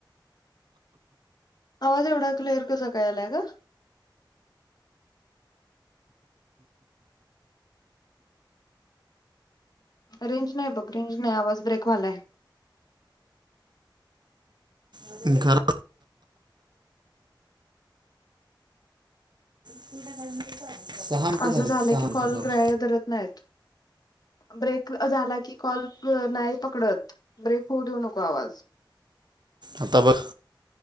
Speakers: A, on the left (about 55°); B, on the right (about 60°).
A: आवाज अ एवढा क्लिअर, कसा काय याय लागलाय ग? रेंज नाही बघ. रेंज नाही, आवाज ब्रेक व्हालाय.
B: <inaudible> <inaudible>
A: असं झालं
B: सहा
A: की
B: मिनटं
A: कॉल
B: बरोबर
A: ग्राह्य धरत नाहीत. ब्रेक झाला की कॉल अ नाही पकडत. ब्रेक होऊ देऊ नको आवाज.
B: आता ब,